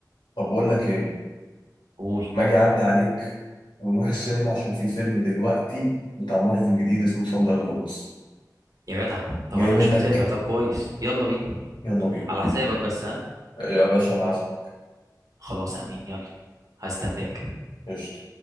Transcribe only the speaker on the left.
طب بقول لك ايه
ما اجي اعدي عليك ونروح السينما عشان في فيلم دلوقتي بتاع مارفل جديد اسمه ثاندر بولتس
جاي
منك
يلا بينا
يا باشا انا عازمك
قشطة.